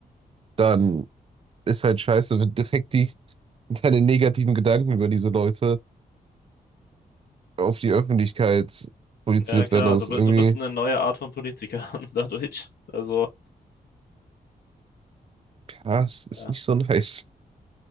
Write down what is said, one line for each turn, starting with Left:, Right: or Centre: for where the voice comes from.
Right: dann ist halt scheiße, wenn direkt die, deine negativen Gedanken über diese Leute auf die Öffentlichkeit projiziert
Left: ja, klar.
Right: werden. Das
Left: Du, bi-
Right: ist irgendwie,
Left: du bist eine neue Art von Politiker <laughs> dadurch. Also,
Right: ja, es ist
Left: ja,
Right: nicht so nice.